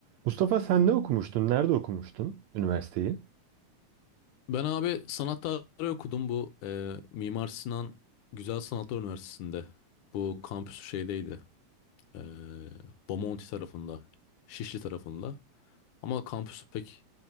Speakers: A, on the right (about 75°); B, on the left (about 80°).
A: Mustafa sen ne okumuştun? Nerede okumuştun üniversiteyi?
B: Ben abi sanat tarihi okudum bu e, Mimar Sinan Güzel Sanatlar Üniversitesi'nde. Bu kampüsü şeydeydi. E, Bomonti tarafında. Şişli tarafında. Ama kampüsü pek